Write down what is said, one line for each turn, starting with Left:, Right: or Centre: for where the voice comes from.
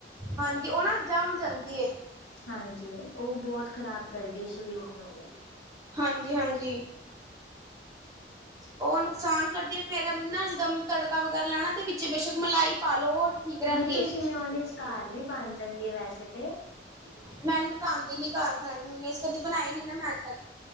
Right: ਹਾਂਜੀ, ਉਹ ਨਾ ਜਾ ਜਾਂਦੀ
Left: ਹਾਂਜੀ, ਉਹ ਬਹੁਤ ਖਰਾਬ ਕਰਦੀ ਆ ਸਰੀਰ ਨੂੰ ਵੀ।
Right: ਹਾਂਜੀ-ਹਾਂਜੀ, ਉਹ ਨੁਕਸਾਨ ਕਰਦੀ ਫੇਰ ਨਾ ਜਿੱਦਾਂ ਤੜਕਾ ਵਗੈਰਾ ਲਾਣਾ ਤੇ ਵਿੱਚ ਬੇਸ਼ੱਕ ਮਲਾਈ ਪਾ ਲਓ ਉਹ ਠੀਕ ਰਹਿੰਦੀ
Left: ਨਹੀਂ ਤੁਸੀਂ
Right: ਹੈ
Left: ਮਿਓਨੀ ਘਰ ਚ ਵੀ ਬਣ ਜਾਂਦੀ ਹੈ ਵੈਸੇ। <unintelligible>
Right: ਮੈਨੂੰ ਤਾਂ ਆਉਂਦੇ ਨੀ ਘਰ ਬਣਾਉਣੇ ਮੈ ਉਹਨੇ ਇਸ ਕਦੇ ਬਣਾਏ ਨੀ ਨਾ ਮੈਂ ਅੱਜ ਤੱਕ।